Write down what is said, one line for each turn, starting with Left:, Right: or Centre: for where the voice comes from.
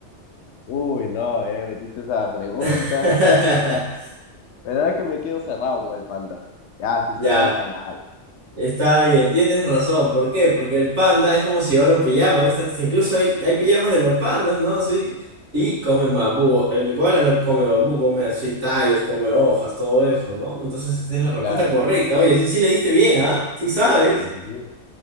Left: Uy, no, eh, metiste esa pregunta.
Right: <laughs>
Left: Pero ahora que me quedo cerrado con el panda. Ah, si
Right: Ya.
Left: está mal, está mal. pues.
Right: Está bien, tienes razón. ¿Por qué? Porque el panda es como si llevara un pijama, ¿viste? Hasta incluso hay, hay pijamas de los pandas, ¿no? Así. Y comen bambú. El koala no come bambú, come así tallos, come hojas, todo eso, ¿no? Entonces esa es la respuesta
Left: Claro.
Right: correcta. Oye, sí, sí le diste bien, ¿ah? Sí sabes.
Left: Sí, sí, sí.